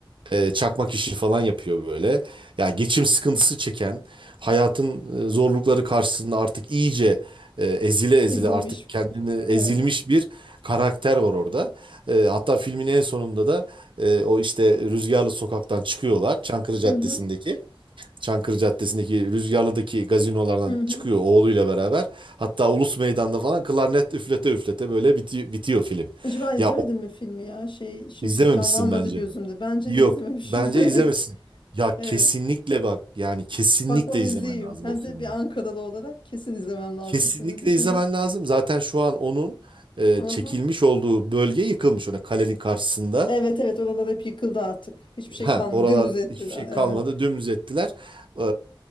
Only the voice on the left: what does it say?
İzilmiş.
Evet.
Hı hı.
Hı hı.
Acaba izlemedim
mi filmi ya? Şey şimdi
canlanmadı
gözümde. Bence
de izlememişim.
<laughs> Evet.
Evet.
Bak onu
izleyeyim.
Hem
de bir Ankara'da olarak kesin izlemem lazım.
Şimdi düşündüm.
Aha.
Evet evet oralar hep yıkıldı artık. Hiçbir şey
kalmadı.
Dümdüz ettiler.
Evet.